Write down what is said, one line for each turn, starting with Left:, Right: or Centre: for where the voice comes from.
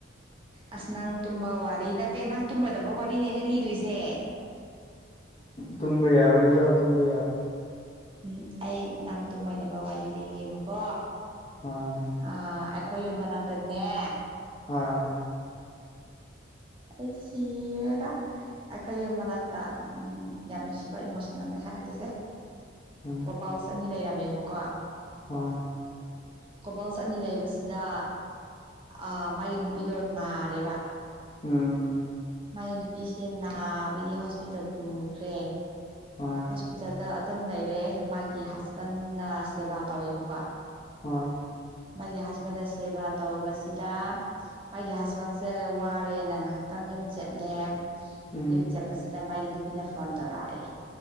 Right: ꯑꯁ ꯅꯪ ꯇꯨꯝꯕ ꯋꯥꯔꯤ ꯅꯠꯇꯦ ꯅꯪ ꯇꯨꯝꯃꫭꯏꯗꯕ ꯋꯥꯔꯤꯅꯦ ꯑꯩꯅ ꯂꯤꯗꯣꯏꯁꯦ
Left: ꯇꯨꯝꯕ ꯌꯥꯕ ꯂꯤꯔꫭ ꯇꯨꯝꯕ ꯌꯥꯕ
Right: ꯎꯝ ꯑꯩ ꯅꯪ ꯇꯨꯝꯃꯣꯏꯗꯕ ꯋꯥꯔꯤ ꯂꯤꯒꯦꯕꯀꯣ
Left: ꯍꯣꯏ
Right: ꯑ ꯑꯩꯈꯣꯏ ꯌꯨꯝ ꯃꯅꯥꯛꯇꯅꯦ
Left: ꯍꯣꯏ
Right: ꯑꯩ ꯁꯤꫪꯦꯗ ꯑꯩꯈꯣꯏꯒꯤ ꯃꯅꯥꯛꯇ ꯌꯥꯝ ꯅꯨꯡꯁꯤꯕ ꯏꯃꯣꯁꯅꯦꯜꯅꯦ ꯍꯥꯏꯔꯛꯀꯁꯦ
Left: ꯎꯝ
Right: ꯀꫭꯄꯜꯁ ꯑꯅꯤ ꯂꯩꯔꯝꯃꯦꯕꯀꯣ
Left: ꯍꯣꯏ
Right: ꯀꯣꯄꯜ ꯑꯅꯤ ꯂꯩꯕꯁꯤꯗ ꯑꯥ ꯃꯥꯒꯤ ꯅꯨꯄꯤꯗꯣ ꯅꯥꯔꯦꯕ
Left: ꯎꯝ
Right: ꯃꯥꯒꯤ ꯅꯨꯄꯤꯁꯦ ꯅꯥꯕꯒꯤ ꯍꯣꯁꯄꯤꯇꯥꯜ ꯄꯨꯈ꯭ꯔꯦ
Left: ꯍꯣꯏ
Right: ꯄꯤꯇꯥꯜꯗ ꯑꯗꯨꯝ ꯂꯩꯔꯦ ꯃꯥꯒꯤ ꯍꯁꯕꯟꯅ ꯁꯦꯕꯥ ꯇꯧꯋꯦꯕꯀꯣ
Left: ꯍꯣꯏ
Right: ꯃꯥꯒꯤ ꯍꯁꯕꯦꯟꯅ ꯁꯦꯕꯥ ꯇꯧꯕꯁꯤꯗ ꯃꯥꯒꯤ ꯍꯁꯕꯦꯟꯁꯦ ꯋꯥꯔꯦꯅ ꯉꯥꯏꯍꯥꯛ ꯇꯪ ꯌꯨꯝ ꯆꯠꯂꯦ
Left: ꯎꯝ
Right: ꯌꯨꯝ ꯆꯠꯄꯁꯤꯗ ꯃꯥꯒꯤ ꯅꯨꯄꯤꯅ ꯐꯣꯟ ꯇꯧꯔꯛꯑꯦ